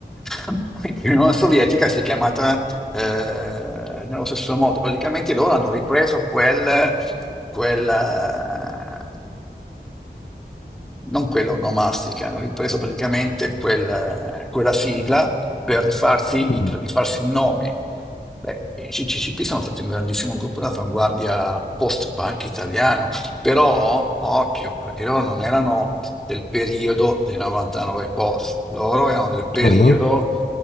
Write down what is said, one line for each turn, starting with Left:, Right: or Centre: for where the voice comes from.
Centre: <laughs> l'Unione Sovietica si è chiamata eh, nello stesso modo. Praticamente loro hanno ripreso quel, quel, eh, non quella onomastica, hanno ripreso praticamente quel, eh, quella sigla per rifarsi,
Left: Mm.
Centre: per rifarsi un nome. Beh, i CCCP sono stati un grandissimo gruppo d'avanguardia post-punk italiano, però occhio, perché loro non erano del periodo dei 99 post, loro erano del periodo
Left: Ah, no?